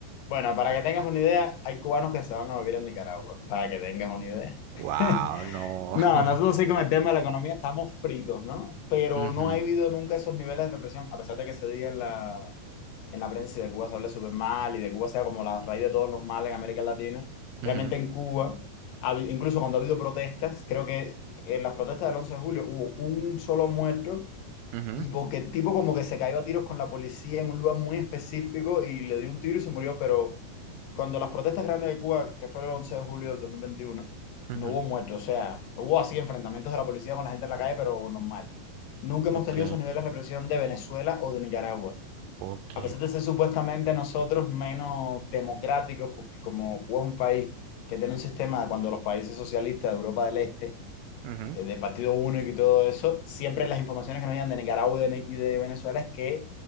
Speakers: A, on the left; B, on the right.
A: Bueno, para que tengas una idea, hay cubanos que se van a vivir en Nicaragua, para que tengas una idea.
B: Wow,
A: <laughs>
B: no.
A: No,
B: <laughs>
A: nosotros sí con el tema de la economía estamos fritos, ¿no? Pero
B: Ujú,
A: no ha habido nunca esos niveles de represión, a pesar de que se diga en la, en la prensa y de Cuba se hable súper mal y de Cuba sea como la raíz de todos los males en América Latina.
B: ujú,
A: Realmente en Cuba, ha habi- incluso cuando ha habido protestas, creo que en las protestas del 11 de julio hubo un solo muerto
B: ujú,
A: y porque el tipo como que se cayó a tiros con la policía en un lugar muy específico y le dio un tiro y se murió, pero cuando las protestas grandes de Cuba, que fueron el 11 de julio del 2021
B: ujú,
A: no hubo muertos, o sea, hubo así enfrentamientos de la policía con la gente en la calle, pero normal. Nunca hemos
B: ok,
A: tenido esos niveles de represión de Venezuela o de Nicaragua.
B: ok,
A: A pesar de ser supuestamente nosotros menos democráticos, porque como Cuba es un país que tiene un sistema, cuando los países socialistas de Europa del Este,
B: ujú,
A: eh, de partido único y todo eso, siempre las informaciones que nos llegan de Nicaragua y de, Ni- y de Venezuela es que